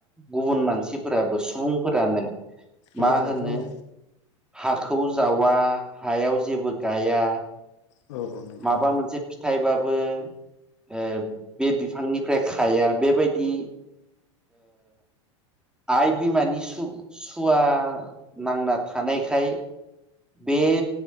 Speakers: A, in the centre; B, on the left (about 70°).
A: गुबुन मानसिफोराबो सुबुं फोरानो
B: औ
A: मा
B: नोंथां
A: होनो।
B: औ
A: हाखौ जावा हायाव जेबो गाया
B: औ औ नोंथां
A: माबा
B: औ
A: मोनसे फिथाइबाबो ओ बे बिफांनिफ्राय खाया बेबायदि आइ बिमानि सु-सुवा नांना थानायखाय बे